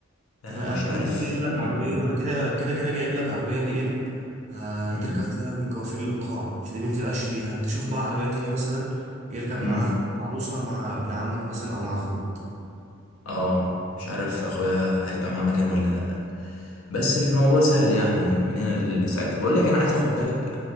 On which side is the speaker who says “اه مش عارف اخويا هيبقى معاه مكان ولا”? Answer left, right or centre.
Left